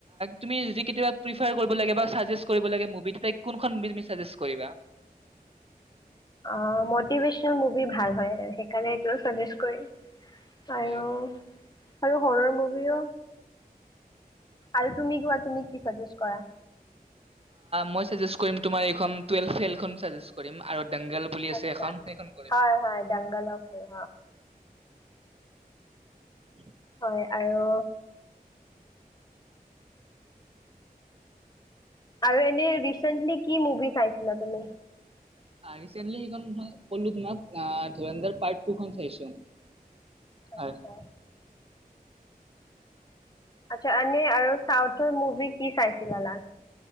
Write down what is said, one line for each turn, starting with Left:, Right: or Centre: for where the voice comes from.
Right: তুমি য কেতিয়াবা প্ৰিফাৰ কৰিব লাগ বা কৰিব লাগে মুভি তাই কোনখন মু তুমি চাজেষ্ট কৰিবা
Left: অ মিভেশল মুভি ভাল হয় সেইকাৰণাজ কৰিম আৰু
Right: হয়
Left: আৰু হৰুৰ মুভিও আৰু তুমি কোৱা তুমি কি চাজেষ্ট কৰা
Right: মই চাজেচেট কৰিম তোমাৰ এইখন টুওৱেলভ ফেইল খন দাংগল বুলি আছে
Left: আচছা
Right: এখন সেইখন কৰিম
Left: হয় হয় ডাংগালা ভাল হ
Right: উ
Left: হয় আৰু আৰু এনে ৰিচেন্টলি কি মুভি চাইছিলা তুমি
Right: ৰিচেন্টলিএইখন পলো তোমাক ধুৰূধৰ পাৰ্ট টু খন চাইছো
Left: আচ্ছা
Right: হয়
Left: আচ্ছা এনে আৰু চাউথৰ মুভি কি চাইছিলা লা